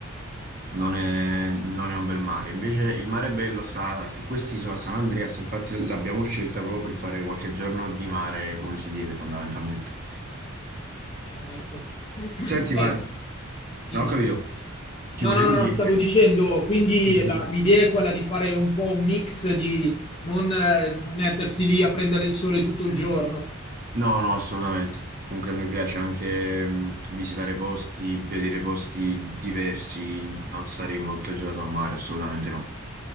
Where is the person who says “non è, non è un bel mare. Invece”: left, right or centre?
Right